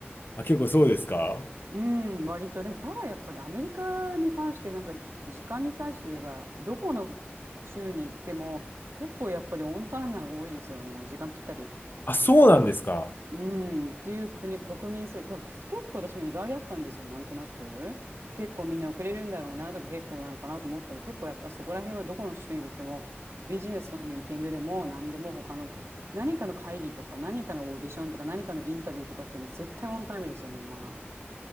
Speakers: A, on the left; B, on the right.
A: あ、結構そうですか
B: うん、割と。でも、ただやっぱりアメリカに関して、なんか、い時間に対して言えば、どこの州に行っても、結構やっぱりオンタイムなのが多いですよね。時間ぴったり。
A: あ、そうなんですか
B: うん、っていう国、国民性。だから結構私も意外だったんですよ、なんとなく。結構みんな遅れるんだろうなとか、結構なのかなと思ったら、結構やっぱそこら辺はどこの州に行っても、ビジネスのミーティングでも、何でも他の、何かの会議とか、何かのオーディションとか、何かのインタビューとかっていうのは絶対オンタイムですよ、みんな。